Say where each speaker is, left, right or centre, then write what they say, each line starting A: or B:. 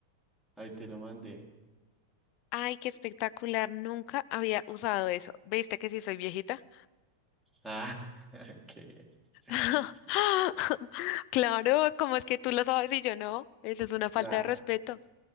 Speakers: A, in the centre; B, on the left.
A: Ahí te lo mandé.
B: Ay, qué espectacular. Nunca había usado eso. ¿Viste que sí soy viejita?
A: Ah, <laughs> qué.
B: <laughs>
A: No, no, no.
B: Claro, ¿cómo es que tú lo sabes y yo no? Eso es una falta
A: Nah.
B: de respeto.